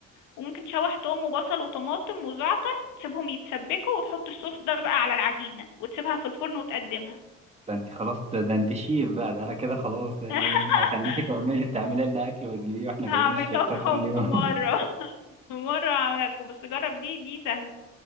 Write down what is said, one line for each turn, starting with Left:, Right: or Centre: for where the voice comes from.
Left: وممكن تشوح توم وبصل وطماطم وزعتر تسيبهم يتسبكوا وتحط الصوص ده بقى على العجينة وتسيبها في الفرن وتقدمها
Right: ده انت خلاص ده, ده انت شيف بقى ده انا كده خلاص إيه،
Left: <laughs>
Right: هخليكي تعملي تعملي لنا اكل وتجيبيه واحنا جايين
Left: هعمل
Right: الشركة
Left: لكم
Right: كل يوم
Left: في مرة <laughs> في مرة هعملها لكم بس جرب دي دي سهلة